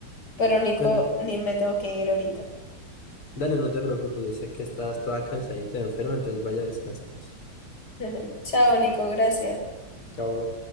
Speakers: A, on the left; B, on the left.
A: Pero Nico,
B: Bueno,
A: ni me tengo que ir ahorita.
B: dale, no te preocupes, yo sé que estás toda cansadita y enferma, entonces vaya a descansar. pues.
A: <laughs> Chao, Nico, gracias.
B: Chao.